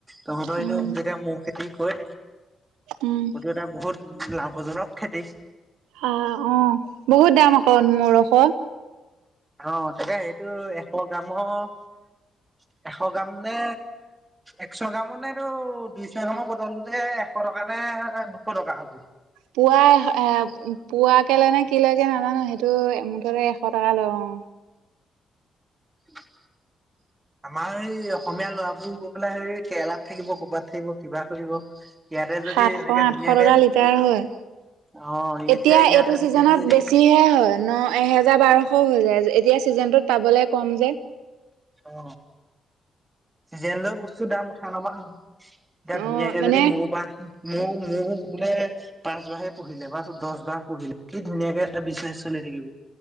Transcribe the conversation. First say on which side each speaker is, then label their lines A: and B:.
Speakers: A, on the right (about 20°); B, on the right (about 85°).
A: তহঁতৰ এনো
B: উম
A: যেতিয়া মৌ খেতি কৰে
B: উম
A: সটো এটা বহুত লাভজনক খেতি
B: আহ অ বহুত দাম আক মৌ ৰস
A: অ তাকে সেইটো এশ গ্ৰামৰ এশ গ্ৰাম নে এশ গ্ৰাম নেটো দুইশ গামৰ বটলতে এশ টকা নে দুশ টকা হব
B: পুৱা এ পোৱা কে লয় নে কি লৈকে নাজানো সেইটো মুঠতে এশ টকা লয় অ উম
A: <unintelligible> আমাৰ এই অসমীয়া লৰাবোৰ গৈ পেলাই হেই কেৰেলাত থাকিব কৰবাত থাকিব কিবা কৰিব। ইয়াতে যদি
B: সাতশ
A: এনেকে
B: আঠশ
A: ধুনীয়াকে
B: টকা লিটাৰ হয়।
A: অ',
B: এতিয়া
A: ইয়াতে
B: এইটো
A: ধুনীয়াকে
B: চিজনত
A: যদি
B: বেছিহে হয় ন। এহেজাৰ বাৰশ হৈ যায় এতিয়া ছিজনটোত পাবলে কম যে
A: অ চিজনলৈ বস্তু দাম উঠা নবা হ এতিয়া
B: অ
A: ধুনীয়াকে
B: মানে
A: যদি মৌৰ বা মৌৰ- মৌৰ বোলে পাঁচবাৰে পহিলে বা দহ বাৰ পহিলে কি ধুনীয়াকে এটা বিজনেছ চলি থাকিব।